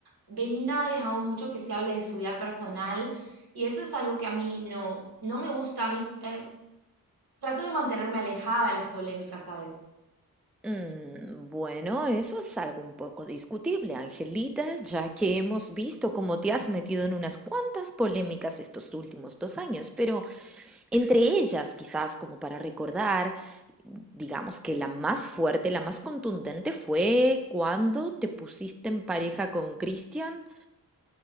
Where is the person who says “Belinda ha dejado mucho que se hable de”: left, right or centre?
Right